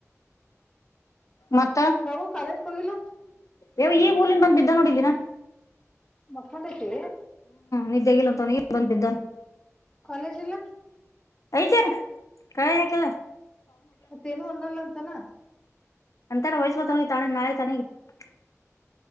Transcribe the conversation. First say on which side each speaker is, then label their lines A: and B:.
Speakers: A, on the left; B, on the left.
A: ಮತ್ತ
B: ಸವು ಕಾಲಜ್ ಹೊಗಿಲ್ಲ.
A: ಯವ ಈ ಊಲ್ ನಿಂದ ಬಂದು ಬಿದ್ದ ನೋಡಿದೀನಾ.
B: ಮಕ್ಕೊಂಡೈತಿ
A: ನಿದ್ದೆಗಿಲ್ಲ ಅಂತವನ ಈಗ ಬಂದ್ ಬಿದ್ದಾನ
B: ಕಾಲೇಜ ಇಲ್ಲ.
A: ಐತೇನ್ ಕಳ ಯಾಕೆಲ್ಲ.
B: ಮತ್ತೇನು ಒನ್ನಲ್ಲ ಅಂತನ.
A: ಅಂತಾರ ವಯಸ್ವ ತ ತ ನಾಳೆ <unintelligible>